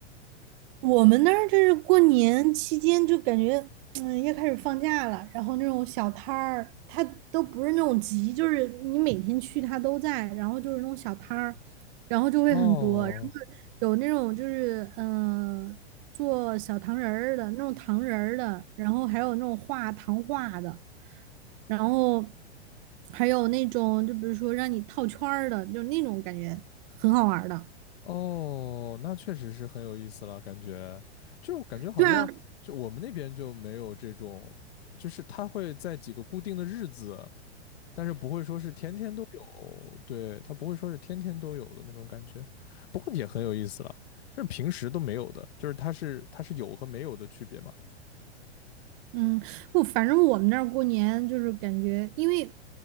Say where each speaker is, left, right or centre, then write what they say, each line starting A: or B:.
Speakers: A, on the right; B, on the left.
A: 我们那儿就是过年期间就感觉，嗯，要开始放假了，然后那种小摊儿，它都不是那种集，就是你每天去它都在，然后就是那种小摊儿，然后就会很多，
B: 哦
A: 然后有那种就是嗯、呃做小糖人儿的那种糖人儿的，然后还有那种画糖画的，然后还有那种就比如说让你套圈儿的，就那种感觉很好玩儿的，
B: 哦，那确实是很有意思了，感觉就是我感觉好像就我们那边就没有这种，
A: 对啊。
B: 就是他会在几个固定的日子。但是不会说是天天都有，对，它不会说是天天都有的那种感觉，不过也很有意思了，就是平时都没有的，就是它是它是有和没有的区别嘛。
A: 嗯，我反正我们那儿过年就是感觉，因为，